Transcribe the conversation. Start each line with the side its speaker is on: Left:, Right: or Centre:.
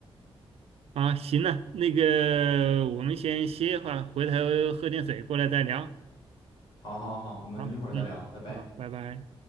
Right: 啊。行了，那个我们先歇一会儿，回头喝点水过来再聊。
Left: 好好好，我们一会儿再聊，
Right: 好，嗯，
Left: 拜拜。
Right: 好，拜拜。